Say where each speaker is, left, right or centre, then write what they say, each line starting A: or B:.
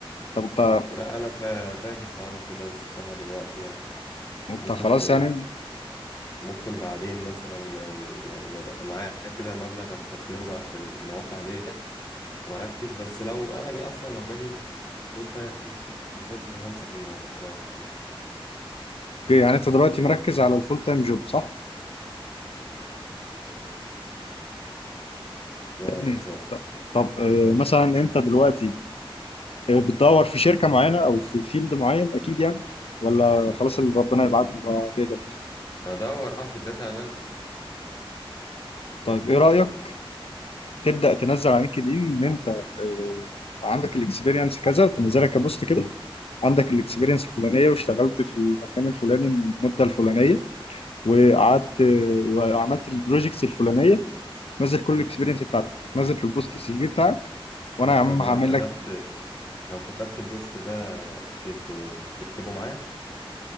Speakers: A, on the left; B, on the left.
A: طب انت
B: لا انا فا- فاكس حوار الفريلانس بصراحه دلوقتي يعني
A: انت
B: ممكن
A: خلاص
B: في
A: يعني
B: ممكن بعدين مثلا او يعني ما يبقى معايا كده مبلغ استثمره بقى في المواقع ديت واركز بس لو انا جاي اصلا لو جالي فول تايم جوب هنسى الموضوع ده
A: اوكي يعني انت دلوقتي مركز على الفول تايم جوب صح
B: اه
A: يا ابني
B: بالظبط
A: ط- طب آه، مثلا انت دلوقتي آه، بتدور في شركه معينه او في فيلد معين اكيد يعني ولا خلاص اللي ربنا يبعته هتقبل بيه
B: بدور اه في الداتا اناليسيس
A: طيب ايه رايك تبدا تنزل على لينكد ان ان انت آه، عندك الاكسبيرينس كذا تنزلها كبوست كده عندك الاكسبيرينس الفلانيه واشتغلت في المكان الفلاني المده الفلانيه وقعدت وعملت البروجيكتس الفلانيه نزل كل الاكسبيرينس بتاعتك نزل في البوست السي في بتاعك وانا يا عم
B: طب لو
A: هعمل
B: كتبت
A: لك
B: لو كتبت البوست ده ت- ت- تكتبه معايا